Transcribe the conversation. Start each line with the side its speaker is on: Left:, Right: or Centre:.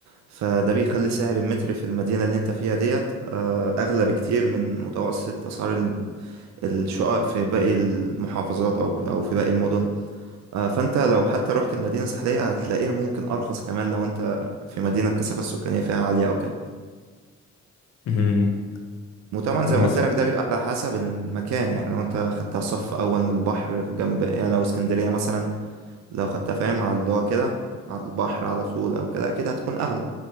Right: فده بيخلي سعر المتر في المدينة اللي انت فيها ديت آه، أغلى بكتير من متوسط أسعار ال- الشقق في باقي المحافظات أو أو في باقي المدن آه، فانت لو حتى رحت المدينة الساحلية هتلاقيها ممكن أرخص كمان لو انت في مدينة الكثافة السكانية فيها عالية أو كده
Left: مهم.
Right: وطبعا
Left: طب
Right: زي
Left: مثلا
Right: ما قلت لك ده بيبقى على حسب المكان يعني لو انت خدتها صف أول من البحر في جنب يعني لو اسكندرية مثلا لو خدتها فاهم على اللي هو كده على البحر على طول أو كده أكيد هتكون أغلى